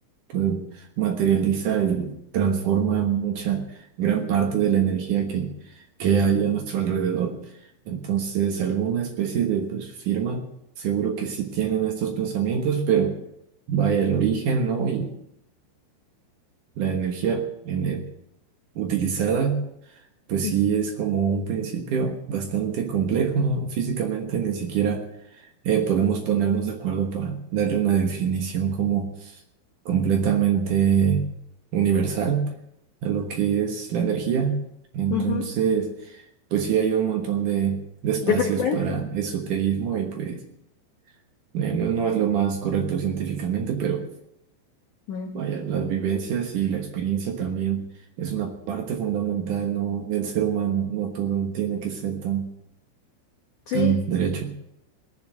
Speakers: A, on the right (about 65°); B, on the left (about 75°).
A: pues, materializa y transforma mucha, gran parte de la energía que, que hay a nuestro alrededor. Entonces, alguna especie de pues, firma, seguro que sí tienen estos pensamientos, pero vaya el origen, ¿no? la energía ene- utilizada, pues
B: Ujú.
A: sí es como un principio bastante complejo, ¿no? Físicamente ni siquiera eh, podemos ponernos de acuerdo para darle una definición como completamente universal a lo que es la energía. Entonces,
B: ujú,
A: pues sí hay un montón de, de espacios
B: de frecuencia.
A: para esoterismo y pues eh, no, no es lo más correcto científicamente, pero
B: Mm.
A: Vaya, las vivencias y la experiencia también es una parte fundamental, ¿no? del ser humano. No todo tiene que ser tan,
B: Sí.
A: tan derecho.